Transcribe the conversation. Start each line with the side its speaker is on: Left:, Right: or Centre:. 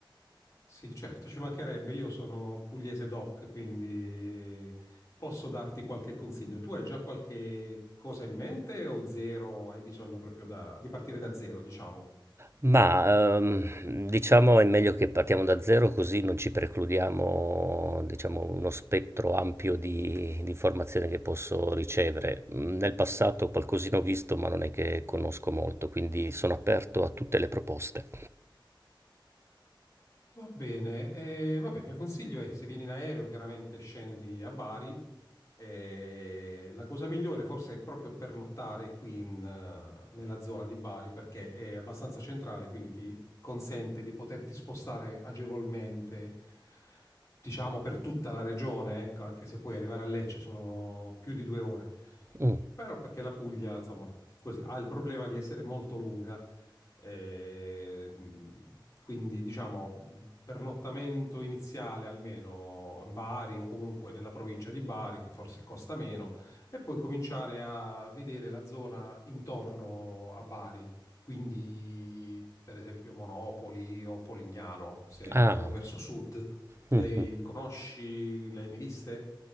Left: Sì, certo, ci mancherebbe. Io sono pugliese doc, quindi posso darti qualche consiglio. Tu hai già qualche cosa in mente o zero? Hai bisogno proprio da- di partire da zero, diciamo?
Right: Ma ehm, diciamo è meglio che partiamo da zero così non ci precludiamo diciamo, uno spettro ampio di, di informazioni che posso ricevere. Mm, Nel passato qualcosina ho visto ma non è che conosco molto, quindi sono aperto a tutte le proposte.
Left: Va bene, eh, vabbè, il mio consiglio è se vieni in aereo chiaramente scendi a Bari e la cosa migliore forse è proprio pernottare qui in, eh, nella zona di Bari perché è abbastanza centrale, quindi ti consente di poterti spostare agevolmente, diciamo per tutta la regione, ecco, anche se poi arrivare a Lecce sono più di due ore.
Right: Mm.
Left: Però perché la Puglia, insomma, que- ha il problema di essere molto lunga. E, mh, quindi, diciamo, mh, pernottamento iniziale almeno in Bari o comunque nella provincia di Bari, che forse costa meno, e poi cominciare a vedere la zona intorno a Bari. Quindi, per esempio, Monopoli o Polignano, se
Right: Ah.
Left: andiamo verso sud.
Right: <laughs>
Left: Lei
Right: Mh-mh.
Left: conosci, lei mi viste?